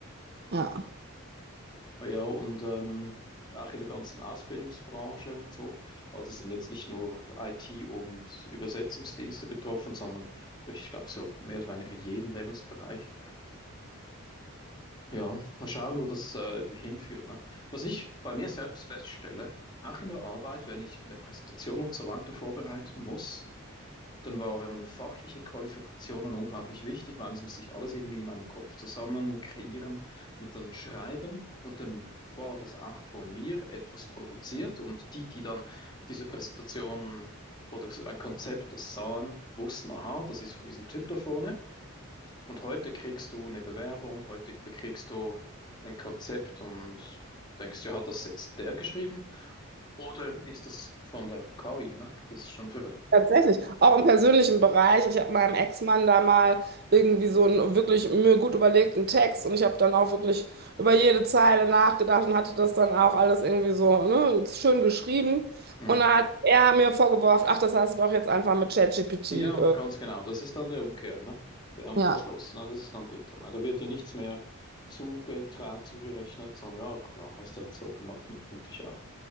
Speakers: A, on the right; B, on the left.
A: Ja.
B: Ah Ja, und ähm, auch in der ganzen Ausbildungsbranche und so. Also sind jetzt nicht nur IT und Übersetzungsdienste betroffen, sondern ich glaube so mehr oder weniger jeden Lebensbereich. Ja, mal schauen, wo das äh, hinführt, ne? Was ich bei mir selbst feststelle, auch in der Arbeit, wenn ich eine Präsentation und so weiter vorbereiten muss, dann waren fachliche Qualifikationen unglaublich wichtig, weil es musste ich alles irgendwie in meinem Kopf zusammen kreieren und dann schreiben. Und dann war das auch von mir etwas produziert. Und die, die dann diese Präsentation oder so ein Konzept sahen, wussten, aha, das ist von diesem Typ da vorne. Und heute kriegst du eine Bewerbung, heute bekriegst du ein Konzept und denkst, ja, hat das jetzt der geschrieben? Oder ist das von der KI? Ne? Das ist schon verrückt.
A: Tatsächlich, auch im persönlichen Bereich. Ich habe meinem Ex-Mann da mal irgendwie so einen wirklich mir gut überlegten Text und ich habe dann auch wirklich über jede Zeile nachgedacht und hatte das dann auch alles irgendwie so, ne, schön geschrieben.
B: Mhm.
A: Und dann hat er mir vorgeworfen, ach, das hast du doch jetzt einfach mit ChatGPT.
B: Ja,
A: Äh,
B: ganz genau. Das ist dann der Umkehr, ne? Der Umkehrschluss,
A: Ja.
B: ne? Das ist dann bitter, ne? Da wird dir nichts mehr zugetraut, zugerechnet, sondern ja, klar, hast du jetzt so gemacht, ne? Konnte ich auch,